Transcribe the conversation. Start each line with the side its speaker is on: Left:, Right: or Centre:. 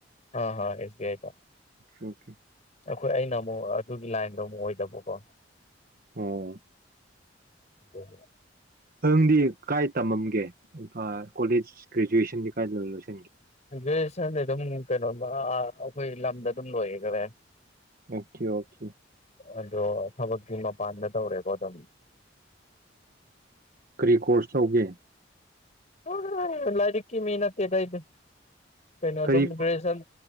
Left: ꯑꯥ ꯍꯥ ꯑꯦꯁ ꯕꯤ ꯑꯥꯏꯗ
Right: ꯑꯣ ꯑꯣꯀꯦ
Left: ꯑꯩꯈꯣꯏ ꯑꯩꯅ ꯑꯃꯨꯛ ꯑꯗꯨꯒꯤ ꯂꯥꯏꯟꯗꯣ ꯑꯃꯨꯛ ꯑꯣꯏꯗꯕꯀꯣ
Right: ꯑꯣ
Left: ꯎꯝ
Right: ꯅꯪꯗꯤ ꯀꯥꯏ ꯇꯝꯃꯝꯒꯦ ꯏꯝ ꯀꯣꯂꯦꯖ ꯒ꯭ꯔꯦꯖꯨꯑꯦꯁꯟꯗꯤ ꯀꯥꯏ ꯂꯣꯏꯔꯣꯏꯁꯤꯦ
Left: ꯦꯁꯅꯤ ꯑꯗꯨꯝ ꯀꯩꯅꯣ ꯑꯩꯈꯣꯏ ꯂꯝꯗ ꯑꯗꯨꯝ ꯂꯣꯏꯌꯦꯦꯈꯔꯦ
Right: ꯑꯣꯀꯦ ꯑꯣꯀꯦ
Left: ꯑꯗꯨ ꯊꯕꯛꯀꯤꯃ ꯄꯥꯟꯗ ꯇꯧꯔꯦꯀꯣ ꯑꯗꯨꯃ
Right: ꯀꯔꯤ ꯀꯣꯔꯁ ꯇꯧꯒꯦ
Left: ꯍ ꯂꯔꯤꯀꯤ ꯃꯅꯇꯩꯦꯗ ꯏꯗ ꯀꯩꯅꯣ ꯑꯗꯨꯝ
Right: ꯀꯔꯤ
Left: ꯗ꯭ꯔꯦꯁ